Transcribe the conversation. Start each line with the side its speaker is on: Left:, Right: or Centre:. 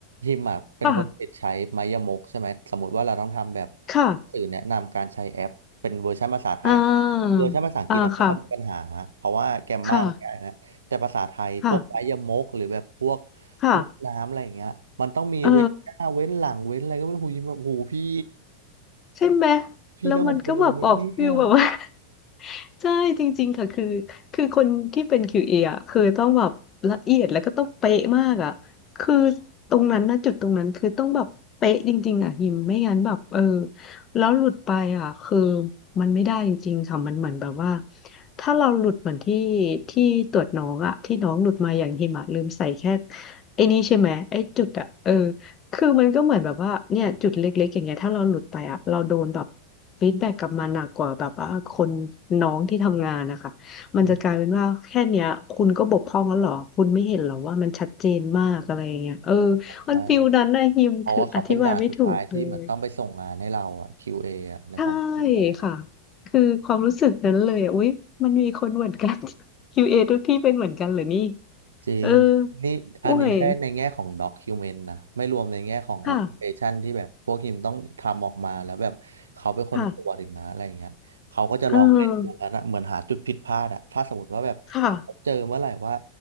Right: ฮิมอ่ะเป็นคนติดใช้ไมยมกใช่ไหมสมมติว่าเราต้องทำแบบ
Left: ค่ะค่ะ
Right: สื่อแนะนำการใช้แอปเป็นเวอร์ชันภาษาไทย
Left: อ่าอ่าค่ะ
Right: เวอร์ชันภาษาอังกฤษอะไม่ค่อยมีปัญหาเพราะว่าแกรมมามันง่ายนะแต่ภาษาไทยพวกไมยมกหรือแบบพวก
Left: ค่ะค่ะค่ะ
Right: ลูกน้ำอะไรอย่างเงี้ยมันต้องมีเว้นหน้าเว้นหลังเว้นอะไรก็ไม่รู้หูยิมแบบหูพี่
Left: เออ ใช่ไหม
Right: พี่แล้วผมจะรู้ไหมเนี่ย
Left: แล้วมันก็แบบออกฟิลแบบว่า <laughs> ใช่จริงๆค่ะคือคือคนที่เป็น q เออ่ะคือต้องแบบละเอียดแล้วก็ต้องเป๊ะมากอ่ะคือตรงนั้นนะจุดตรงนั้นคือต้องแบบเป๊ะจริงๆอ่ะหิมไม่งั้นแบบเออแล้วหลุดไปอ่ะคือมันไม่ได้จริงๆค่ะมันเหมือนแบบว่าถ้าเราหลุดเหมือนที่ที่ตรวจน้องอ่ะที่น้องหลุดมาอย่างหิมะลืมใส่แค่ไอ้นี่ใช่ไหมไอ้จุดอ่ะเออ คือมันก็เหมือนแบบว่าเนี่ยจุดเล็กๆอย่างเงี้ยถ้าเราหลุดไปอะเราโดนแบบฟีดแบ็กกลับมาหนักกว่าแบบว่าคนน้องที่ทำงานนะคะมันจะกลายเป็นว่าแค่เนี้ยคุณก็บกพร่องแล้วเหรอคุณไม่เห็นเหรอว่ามันชัดเจนมากอะไรอย่างเงี้ยเออ
Right: อืม
Left: มันฟิลนั้นนะฮิมคืออธิบายไม่ถูกเลย
Right: ใช่ เพราะว่าเขาเป็นด่านสุดท้ายที่เหมือนต้องไปส่งงานให้เราอะ QA ออะในความจรองแล้ว
Left: ใช่ค่ะคือความรู้สึกนั้นเลยอุ๊ยมันมีคนเหมือนกัน <laughs> คิวเ a ทุกที่เป็นเหมือนกันเหรอนี่
Right: จริง
Left: เออ
Right: นี่อันนี้แค่ในแง่ของ
Left: โอ้ย
Right: document นะไม่รวมในแง่ของแอปพลิเคชันที่แบบพวกทีมต้องทำออกมาแล้วแบบเขาเป็นคนตรวจอีกนะอะไรอย่างเงี้ยเขาก็จะลองเล่นดูอันนะเหมือนหาจุดผิดพลาดอะถ้าสมมติว่าแบบ
Left: ค่ะค่ะเออค่ะ
Right: เจอเมื่อไหร่ว่า